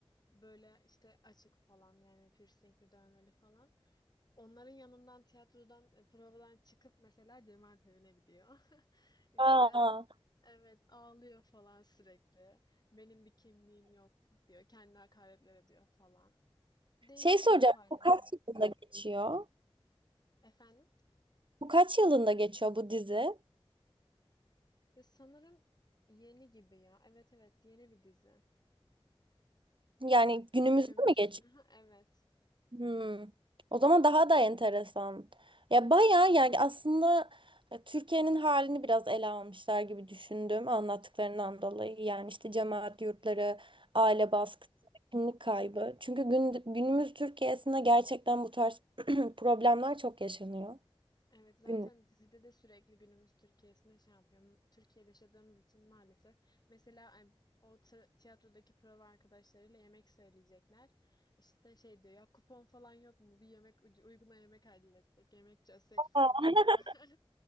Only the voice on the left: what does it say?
böyle işte açık falan yani piercingli dövmeli falan. Onların yanından tiyatrodan e, provadan çıkıp mesela cemaat evine gidiyor. <laughs> İşte
Evet ağlıyor falan sürekli. Benim bir kimliğim yok diyor. Kendi hakaretler ediyor falan. Değişik
bir ruh halinde.
Efendim?
Ya sanırım yeni gibi ya. Evet evet yeni bir dizi.
Yani
günümüz.
<laughs> Hı Evet.
<laughs> Hı hı.
Evet zaten
dizide de sürekli günümüz Türkiye'sine şey yapıyor. Türkiye'de yaşadığımız için maalesef. Mesela e, o tra- tiyatrodaki prova arkadaşlarıyla yemek söyleyecekler. İşte şey diyor ya kupon falan yok mu? Bir yemek ucu- uyguna yemek halletsek, yemek çözsek
falan diyorlar. <laughs>